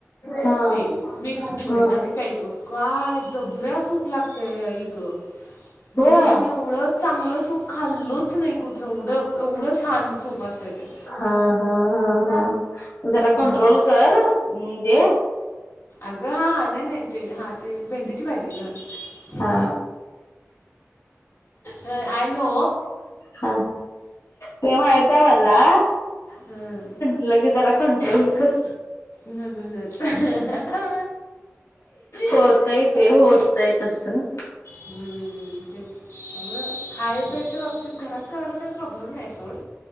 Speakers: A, on the left (about 85°); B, on the left (about 70°).
A: हा
B: ते मिक्स सूपर्यंत
A: हा
B: आणि त्यायचं काय जबऱ्या सूप लागतय ई ग भेंडी
A: होय
B: मी एवढं चांगलं सूप खाल्लच नाही कुठे एवढं एवढं छान सूप असते ते
A: हा हा हा हा जरा
B: हम्म.
A: कंट्रोल कर म्हणजे
B: अगं हा नाही ते हा ते भेंडीची भाजी ग
A: हा
B: आय नो
A: हा ते माहित मला
B: हम्म
A: लगे जरा कंट्रोल कर
B: न न नता हा
A: होतय ते होतय तसं
B: हम्म तेच त्या खाय प्यायच्या बाबतीत घरात करायला काही प्रॉब्लेम नाही फोन